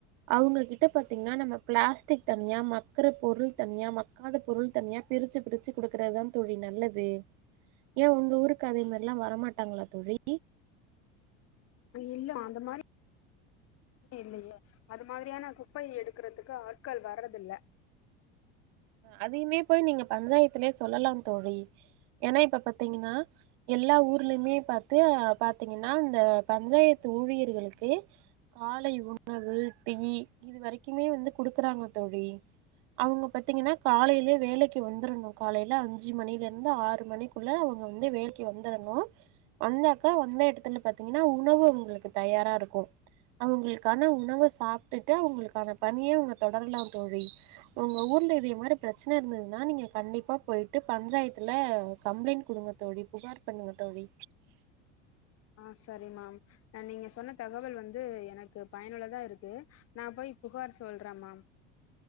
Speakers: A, on the right; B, on the left.
A: அவங்க கிட்ட பாத்தீங்கன்னா நம்ம பிளாஸ்டிக் தனியா மக்கற பொருள் தனியா மக்காத பொருள் தனியா பிரிச்சு பிரிச்சு குடுக்கறதுதா தோழி நல்லது ஏ உங்க ஊருக்கு அதே மாரில்ல வரமாட்டாங்களா தோழி
B: இல்ல அந்த மாரி இல்லையே அது மாதிரியான குப்பையை எடுக்கறதுக்கு ஆட்கள் வர்றதில்ல
A: அதையுமே போய் நீங்க பஞ்சாயத்துலயே சொல்லலாம் தோழி ஏனா இப்ப பாத்தீங்கன்னா எல்லா ஊர் மே பாத்தா பாத்தீங்கன்னா இந்த பஞ்சாயத்து ஊழியர்களுக்கு காலை உணவு டெய் இது வரைக்குமே வந்து குடுக்குறாங்க தோழி அவங்க பாத்தீங்கன்னா காலையலயே வேலைக்கு வந்துருணும் காலையல அஞ்சு மணிலந்து ஆறு மணிக்குள்ள அவங்க வந்து வேலைக்கு வந்துருணும் வந்தாக்கா வந்த இடத்துல பாத்தீங்கன்னா உணவு அவங்களுக்கு தயாரா இருக்கும் அவங்களுக்கான உணவ சாப்ட்டுட்டு அவங்களுக்கான பணியை அவங்க தொடரலாம் தோழி அவங்க ஊர் இல்ல இதுக் முன்னாடி பிரச்சனை இருந்ததுன்னா நீங்க கண்டிப்பா போயிட்டு பஞ்சாயத்துல கம்ப்ளைண்ட் குடுங்க தோழி புகார் பண்ணுங்க தோழி
B: ஆ சரிம்மாம் அ நீங்க சொன்ன தகவல் வந்து எனக்கு பயனுள்ளதா இருக்கு நா போய் புகார் சொல்றம்மா